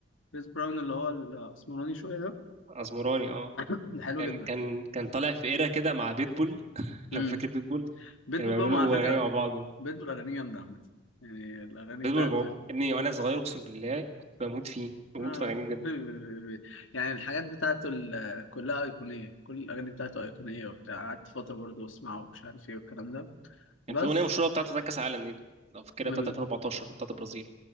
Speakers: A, on the left; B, on the right.
A: كريس براون اللي هو الاسمراني شويه ده
B: اسمراني اه
A: <coughs> <laughs> ده حلو
B: كان
A: جدا
B: كان كان طالع في ايرا كده مع بيتبول <laughs>
A: امم
B: لو فاكر بيتبول
A: بيتبول
B: كانوا بيعملوا
A: بقى على فكره
B: اغاني مع بعض
A: بيتبول اغانيه جامده عامه يعني الاغاني
B: بيتبول
A: بتاعته
B: بقى- ابني وانا صغير اقسم بالله كنت بموت فيه بموت
A: آه.
B: في اغانيه
A: بي-
B: بجد
A: بي- بي- بي. يعني الحاجات بتاعته ال- كلها ايقونيه كل الاغاني بتاعته ايقونيه وبتاع قعدت فتره برضه اسمعه ومش عارف ايه والكلام ده بس
B: كان في اغنيه مشهوره بتاعته بتاعت كاس العالم دي لو فاكرها
A: ال...
B: بتاعت 2014 بتاعت البرازيل